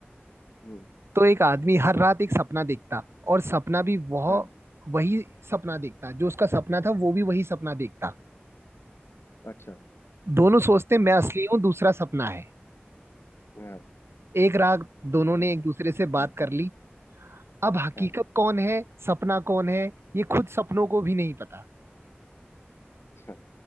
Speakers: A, on the left; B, on the right.
A: हम्म
B: तो एक आदमी हर रात एक सपना देखता और सपना भी वह
A: हाँ
B: वही सपना देखता जो उसका सपना था वो भी वही सपना देखता
A: अच्छा
B: दोनों सोचते मैं
A: वाह
B: असली हूँ दूसरा सपना है
A: हाँ
B: एक रात दोनों ने
A: बस,
B: एक दूसरे से बात
A: हाँ
B: कर ली अब हकीकत
A: हाँ
B: कौन है सपना कौन है ये खुद सपनों को भी नहीं पता
A: अच्छा